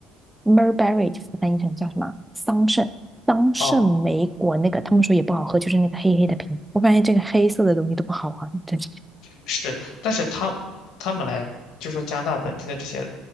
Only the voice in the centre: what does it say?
m e r b e r r y 翻译成叫什么桑葚桑葚莓果那个，
他们说也不好喝，就是那个黑黑的瓶。我发现这个黑色的东西都不好喝，真是